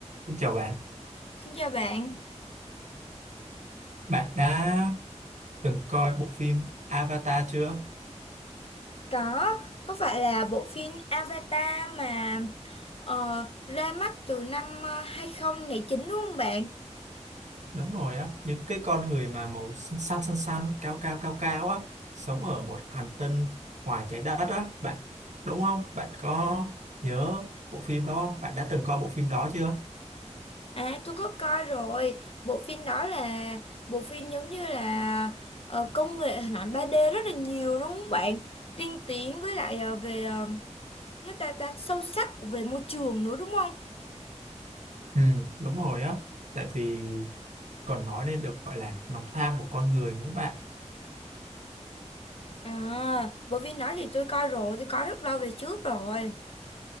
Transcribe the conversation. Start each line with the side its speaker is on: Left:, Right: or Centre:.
Right: Xin Chào bạn,
Left: Xin chào bạn.
Right: bạn đã từng coi bộ phim Avatar chưa?
Left: Có, có phải là bộ phim Avatar mà ờ, ra mắt từ năm ờ, 2009 đúng không bạn?
Right: Đúng rồi á, những cái con người mà màu xanh xanh xanh xanh, cao cao cao cao á, sống ở một hành tinh ngoài trái đất á, bạn đúng không? Bạn có nhớ bộ phim đó không? Bạn đã từng coi bộ phim đó chưa?
Left: À, tôi có coi rồi. Bộ phim đó là bộ phim giống như là ờ, công nghệ hình ảnh 3D rất là nhiều đúng không bạn? Tiên tiến với lại ờ, về ờ, nước ta ta sâu sắc về môi trường nữa đúng không?
Right: Ừ, đúng rồi á, tại vì còn nói nên được gọi là lòng tham của con người nữa bạn.
Left: À, bộ phim đó thì tôi coi rồi, tôi coi rất lâu về trước rồi.